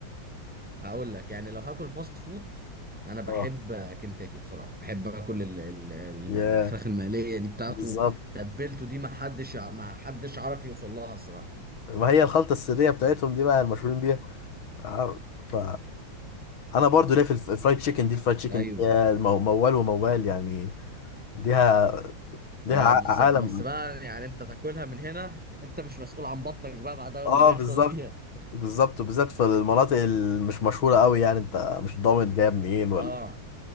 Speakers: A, in the centre; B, on the left.
A: هقول لك يعني لو هاكل فاست فود انا بحب
B: اه
A: كنتاكي بصراحه بحب اكل ال- ال- ال-
B: ياه
A: الفراخ المقليه دي بتاعته
B: بالظبط
A: تتبيلته دي ما حدش ع- ما حدش عارف يوصل لها الصراحه
B: ما هي الخلطه السريه بتاعتهم دي بقى المشهورين بيها آه، ف انا برضو ليا في الف- الفرايد تشيكن دي الفرايد تشيكن
A: ايوه
B: دي يا مو- موال وموال يعني ليها ليها
A: اه
B: ع-
A: بالظبط
B: عالم
A: بس بقى يعني انت تاكلها من هنا انت مش مسؤول عن بطنك بقى بعدها
B: اه
A: اللي بيحصل
B: بالظبط
A: فيها
B: بالظبط وبالذات في المناطق اللي مش مشهوره قوي يعني انت مش ضامن جايه منين
A: اه
B: ولا